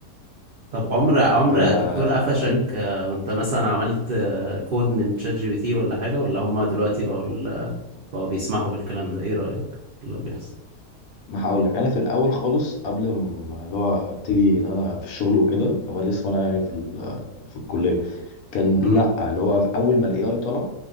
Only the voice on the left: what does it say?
فانت
ما هقول لك انا في الاول خالص قبل ما اللي هو ابتدي ان انا في الشغل وكده هو لسه انا يعني في ال- في الكليه كان
لا اللي هو في اول ما الاي اي طلع